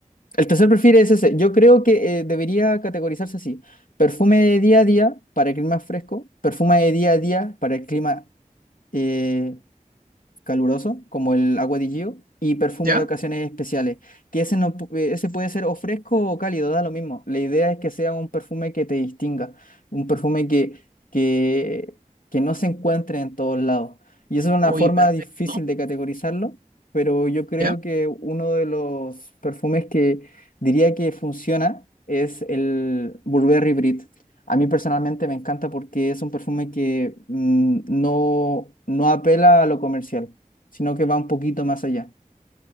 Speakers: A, on the left; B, on the right.
A: El tercer perfil es ese. Yo creo que eh, debería categorizarse así. Perfume de día a día para el clima fresco, perfume de día a día para el clima eh, caluroso, como el agua di Gio, y perfume
B: ¿Ya?
A: de ocasiones especiales, que ese, no, pu- eh, ese puede ser o fresco o cálido, da lo mismo. La idea es que sea un perfume que te distinga, un perfume que, que, que no se encuentre en todos lados. Y eso es una
B: Oye,
A: forma
B: perfecto.
A: difícil de categorizarlo, pero yo creo
B: ¿Ya?
A: que uno de los perfumes que diría que funciona es el Burberry Brit. A mí personalmente me encanta porque es un perfume que mm, no, no apela a lo comercial sino que va un poquito más allá.